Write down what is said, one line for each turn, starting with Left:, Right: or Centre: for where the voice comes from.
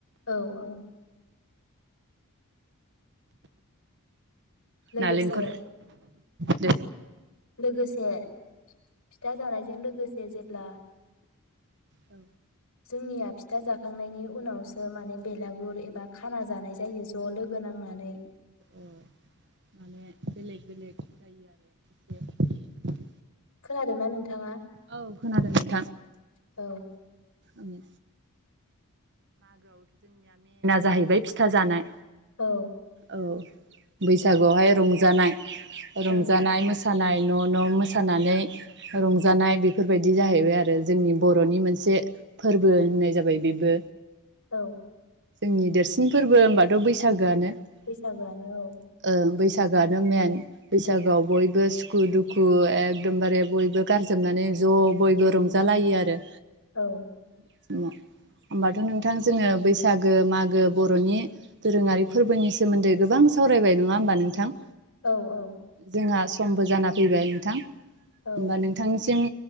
Left: औ औ। लोगोसे
Right: नालिंखर दे
Left: लोगोसे फिथा जानाय बेजों लोगोसे जेब्ला
Right: औ
Left: जोंनिया फिथा जाखांनायनि उनावसो माने बेलागुर एबा खाना जानाय जायो ज' लोगो नांनानै।
Right: ओ माने बेलेग बेलेग जायो आरो एसे,
Left: खोनादोंना नोंथाङा?
Right: औ खोनादों नों
Left: औ।
Right: आंङो। जाहैबाय फिथा जानाय,
Left: औ
Right: औ बैसागुवावहाय रंजानाय रंजानाय
Left: ओं
Right: मोसा नाय न न मोसानानै रंजानाय बेफोरबायदि जाहैबाय आरो जोंनि बरनि मोनसे फोरबो होननाय जाबाय बेबो।
Left: औ।
Right: जोंनि देरसिन फोरबो होमबाथ' बैसागोआनो <inaudible>
Left: बैसागोआनो औ
Right: ओ बैस बैसागोआनो मेन बैसागोआव बयबो सुखु दुखु एखदमबारे बयबो गारजोबनानै ज' बयबो रंजालायो आरो
Left: औ।
Right: <unintelligible> <unintelligible> नोंथां जोङो बैसागो मागो बर'नि दोरोङारि फोरबोनि सोमोन्दै गोबां सावरायबाय नङा होमबा नोंथां?
Left: औ औ
Right: जोंहा समबो जाना फैबाय नोंथां।
Left: औ
Right: होमबा नोंथांनिसिम